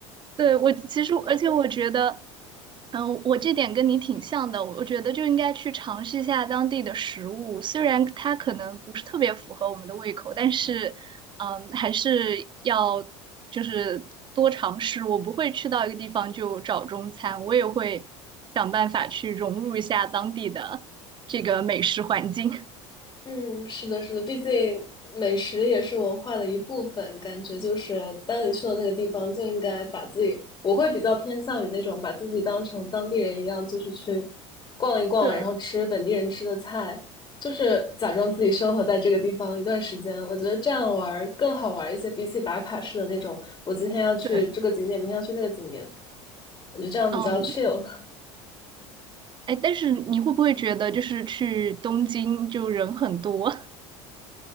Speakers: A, on the right; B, on the left.
A: 对，我其实，而且我觉得，嗯，我这点跟你挺像的，我觉得就应该去尝试一下当地的食物，虽然它可能不是特别符合我们的胃口，但是，嗯，还是要就是多尝试。我不会去到一个地方就找中餐，我也会想办法去融入一下当地的这个美食环境。
B: 嗯，是的，是的，毕竟美食也是文化的一部分，感觉就是当你去了那个地方，就应该把自己，我会比较偏向于那种把自己当成当地人一样，就是去逛一逛，
A: <laughs> 对
B: 然后吃本地人吃的菜，就是假装自己生活在这个地方一段时间。我觉得这样玩儿更好玩儿一些，比起打卡式的那种，我今天要去这个景点，
A: 对，
B: 明天要去那个景点，我觉得这样比较
A: 嗯，
B: chill。
A: 哎，但是你会不会觉得就是去东京就人很多，<laughs>